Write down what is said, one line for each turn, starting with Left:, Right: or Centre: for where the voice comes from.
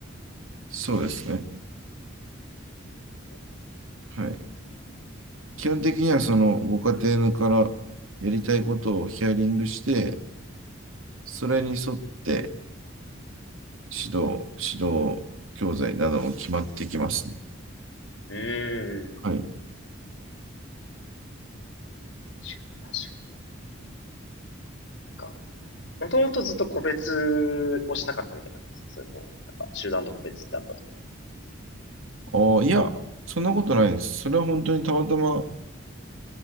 Right: そうですね。
Left: そう
Right: はい。基本的にはそのご家庭からやりたいことをヒアリングして、それに沿って指導、指導教材なども決まってきますね。
Left: うーん。
Right: はい。
Left: 確かに、確かに。なんか、もともとずっと個別をしたかったみたいな感ですかそれとも、なんか集団と個別ってあった時。
Right: ああ、いや、そんなことないです。それは本当にたまたま